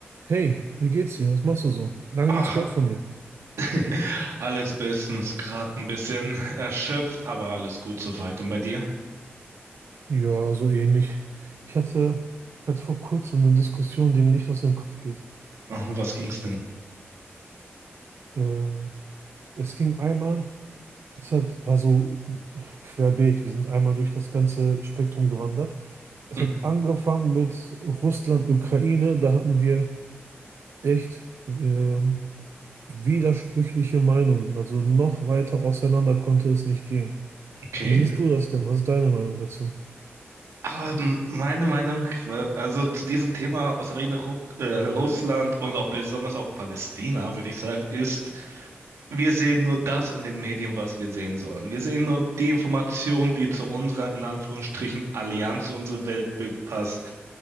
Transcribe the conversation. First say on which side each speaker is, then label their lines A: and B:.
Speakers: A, on the right; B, on the right.
A: Hey, wie geht's dir? Was machst du so? Lange
B: Ah,
A: nichts gehört von dir.
B: <laughs> alles bestens, gerade ein bisschen erschöpft, aber alles gut soweit. Und bei dir?
A: Ja, so ähnlich. Ich hatte, hatte vor kurzem eine Diskussion, die mir nicht aus dem Kopf geht.
B: Ach, um was ging's denn?
A: Ähm, es ging einmal, es hat, war so querbeet, wir sind einmal durch das ganze Spektrum gewandert. Es
B: Hm,
A: hat angefangen mit Russland, Ukraine, da hatten wir echt ähm, widersprüchliche Meinungen. Also noch weiter auseinander konnte es nicht gehen.
B: Okay.
A: Wie siehst du das denn? Was ist deine Meinung dazu?
B: Aber m- meine Meinung, war- also zu diesem Thema Ukraine, Ru äh, Russland und auch besonders auch Palästina, würde ich sagen, ist, Wir sehen nur das in den Medien, was wir sehen sollen. Wir sehen nur die Information, die zu unserer, in Anführungsstrichen, Allianz, zu unserem Weltbild passt.